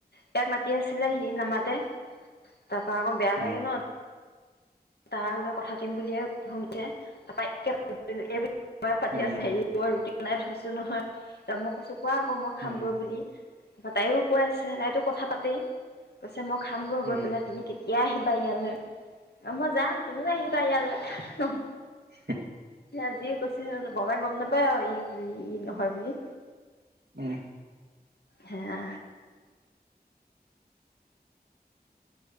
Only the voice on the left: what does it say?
ইয়াক মাতি আছিলে সি নামাতে তাৰপা আকৌ বেয়া
লাগে ন! তাৰ লগৈ কথা পতিম বুলিয়ে শুনতে তাৰ এইব বায়ে পাতি
আছে হেয়ি, মই ৰুটি বনাই থৈছো নহয়, তা মই কৈছো কোৱা আকৌ মই খামগৈ
বুলি। ত <unintelligible> তাইও কৈ আছে তাইতো কথা পাতেই আ মই খাম
গৈ গৈ পেলাই তুমি কি এয় আহিবা ইয়ালৈ অ মই যাম তুমিও আহিবা ইয়ালৈ ৰ'ব
আজি কৈছে বমাই গম নাপায় আৰু ই বুলি ই নহয় বুলি
হে